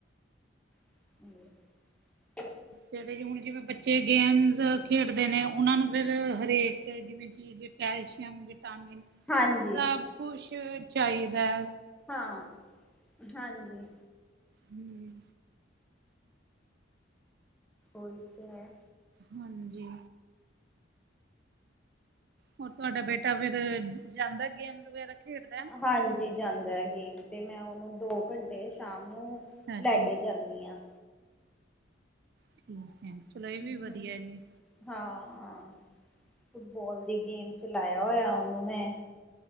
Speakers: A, in the centre; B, on the right (about 55°).
A: <inaudible>
B: ਜੇਵੇ ਕੀ ਹੁਣ ਜਿਵੇਂ ਬੱਚੇ ਗੇਮਸ ਖੇਡਦੇ ਨੇ ਉਨਾਂ ਨੂੰ ਫਿਰ ਹਰੇਕ ਜਿਵੇਂ ਚ ਕੈਲਸ਼ੀਅਮ, ਵਿਟਾਮਿਨ
A: ਹਾਂਜੀ।
B: ਸਭ ਕੁਛ ਚਾਈਦਾ।
A: ਹਾਂ ਹਾਂਜੀ।
B: ਹਮ
A: ਉਈ ਤੇ ਐ।
B: ਹਾਂਜੀ। ਹੋਰ ਤੁਹਾਡਾ ਬੇਟਾ ਫੇਰ ਜਾਂਦਾ ਗੇਮ ਵਗੈਰਾ ਖੇਡਦਾ।
A: ਹਾਂਜੀ ਜਾਂਦਾ ਗੇਮ ਤੇ ਮੈਂ ਉਹਨੂੰ ਦੋ ਘੰ ਤੇ ਸ਼ਾਮ ਨੂੰ
B: ਹਾਂਜੀ
A: ਲੈ ਕੇ ਜਾਣੀ ਆ।
B: ਠੀਕ ਐ ਚਲੋ ਏ
A: ਹਮ।
B: ਵੀ ਵਧੀਆ ਐ ਜੀ।
A: ਹਾਂ ਫੁੱਟਬੋਲ ਦੀ ਗੇਮ ਚ ਲਾਇਆ ਹੋਇਆ ਓਨੂੰ ਮੈਂ।